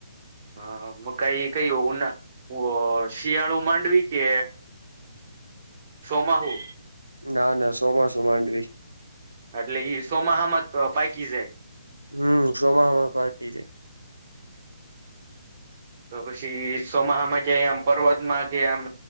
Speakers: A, on the right; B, on the right.
A: હા, મકાઈ ઓ ના. ઓ શિયાળુ માંડવી કે સોમાહુ.
B: ના ના સોમાસુ માન્ડવી.
A: અટલે ઈ સોમાહા માં જ પાકી જાય.
B: હમ, સોમાહામાં પાકી જાય.
A: તો પછી સોમાહામાં ક્યાં ઇ આમ પર્વત માં કે આમ